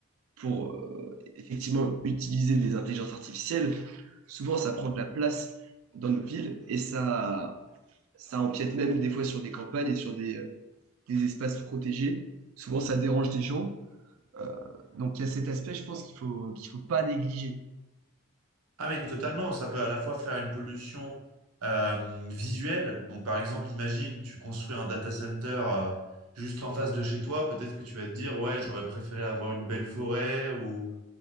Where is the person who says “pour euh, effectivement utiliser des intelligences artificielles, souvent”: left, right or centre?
Right